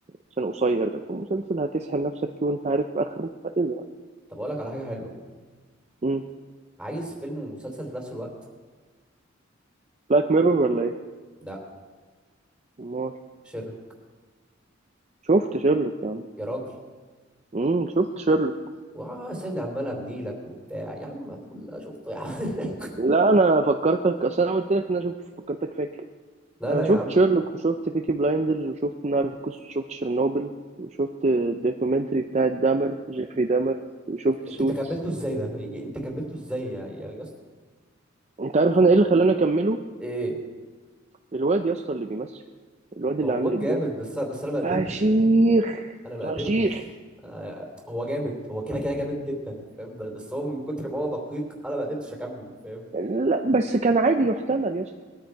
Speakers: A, on the right; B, in the centre.
A: عشان قصير لكن مسلسل هتسحل نفسك فيه وانت عارف اخره هتزهق
B: طب اقول لك على حاجه حلوه
A: امم
B: عايز فيلم ومسلسل في نفس الوقت
A: بلاك ميرور ولا
B: لا
A: ايه؟
B: شيرلو
A: شفت شيرلوك يا عم
B: يا راجل
A: امم شفت شيرلوك
B: وسامي عمال ابني لك وبتاع يا عم ما تقول لا شفته يا عم <laughs>
A: لا انا فكرتك اصل انا قلت لك ان انا شفت فكرتك فاكر
B: لا
A: انا
B: لا
A: شفت
B: يا عم
A: شيرلوك وشفت بيكي بلايندرز وشفت ناركوس وشفت شيرنوبل وشفت الدوكيومنتري بتاع دامر جيفري دامر وشفت
B: انت
A: سوتس
B: انت كملته ازاي ده يا- انت كملته ازاي يا يا يا اسطى
A: انت عارف انا ايه اللي خلاني اكمله
B: ايه
A: الواد يا اسطى اللي بيمثل الواد اللي
B: هو هو
A: عامل
B: جامد
A: الدور
B: بس بس انا ما قدرتش
A: فشيخ
B: انا ما
A: فشيخ
B: قدرتش آه، هو جامد هو كده كده جامد جدا فاهم بس هو من كتر ما هو دقيق انا ما قدرتش اكمل فاهم
A: لا بس كان عادي يحتمل يا اسطى